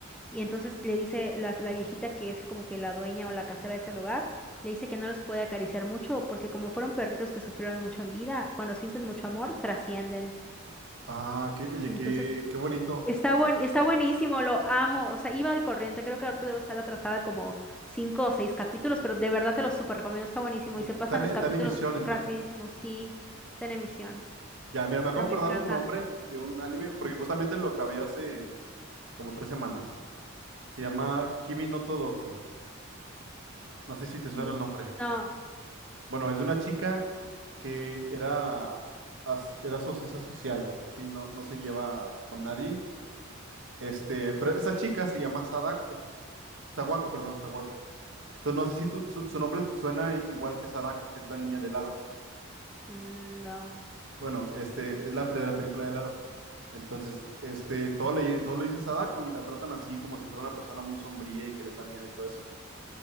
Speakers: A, in the centre; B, on the right.
A: Y entonces le dice la, la viejita que es como que la dueña o la casera de ese lugar, le dice que no los puede acariciar mucho porque como fueron perritos que sufrieron mucho en vida, cuando sienten mucho amor, trascienden.
B: Ah, qué, oye,
A: Y Entonces
B: qué, qué bonito.
A: Está buen, está buenísimo, lo amo. O sea, iba al corriente. Creo que ahorita debo estar atrasada como cinco o seis capítulos, pero de verdad te lo súper recomiendo. Está buenísimo
B: Está,
A: y se pasan
B: está en,
A: los
B: está
A: capítulos
B: en emisión entonces.
A: rapidísimo. Sí, está en emisión,
B: Ya, mira, me acabo
A: pero
B: de
A: me
B: acordar
A: encanta.
B: un nombre de un anime, porque justamente lo acabé hace como tres semanas. Se llama Kimi no Todoke. No sé si te suena
A: Y
B: el nombre.
A: no,
B: Bueno, es de una chica que era, as- era socializa social, sí, no, no se lleva con nadie. Este, pero esa chica se llama Sadako, Sawako, perdón, Sawako. Entonces no sé si tu- su, su nombre suena igual que Sadako, que es la niña del aro.
A: mm, no,
B: Bueno, este, es la, pe- la película del aro. Entonces, este, todo le, todo le dice Sadako y la tratan así como si fuera una persona muy sombría y que les da miedo y todo eso.